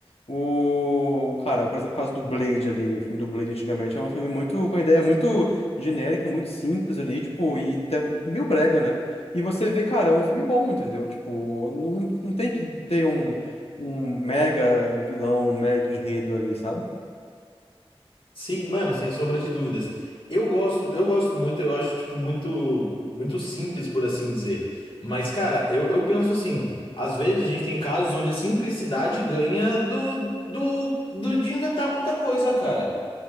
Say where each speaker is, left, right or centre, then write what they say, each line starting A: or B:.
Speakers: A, on the left (about 80°); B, on the left (about 60°).
A: O. Cara, por exemplo, o caso do Blade ali. O filme do Blade antigamente era um filme muito. com uma ideia muito genérica, muito simples ali, tipo, e até meio brega, né? E você vê, cara, é um filme bom, entendeu? Tipo, não, não, não tem que ter um, um mega vilão, um mega enredo ali, sabe?
B: Sim, mano, sem sombra de dúvidas. Eu gosto, eu gosto muito, eu acho, tipo, muito, muito simples, por assim dizer. Mas, cara, eu, eu penso assim, às vezes a gente tem casos onde a simplicidade ganha do, do, do de inventar muita coisa, cara.